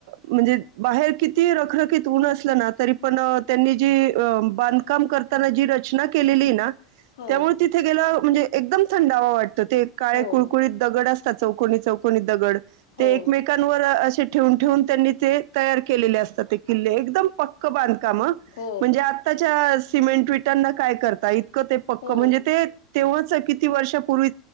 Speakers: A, on the right; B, on the left.
A: म्हणजे बाहेर किती रखरखीत उन असलं ना तरी पण अ त्यांनी जी अ बांधकाम करताना जी रचना केलेलीये ना
B: हो
A: त्यामुळं तिथे गेला म्हणजे एकदम थंडावा वाट तो ते काळे
B: हो
A: कुळकुळीत दगड अस तात चौकोनी चौकोनी दगड.
B: हो,
A: ते एकमेकांवर असे ठेवून ठेवून त्यांनी ते तयार केलेले असतात ते किल्ले एकदम प क्क बांध कामं
B: हो,
A: म्हणजे आत्ता च्या सिमेंट विटांना काय करता? इत इतक ते पक्क
B: हो,
A: म्हणजे ते तेव्हाचं किती वर्षापूर्वी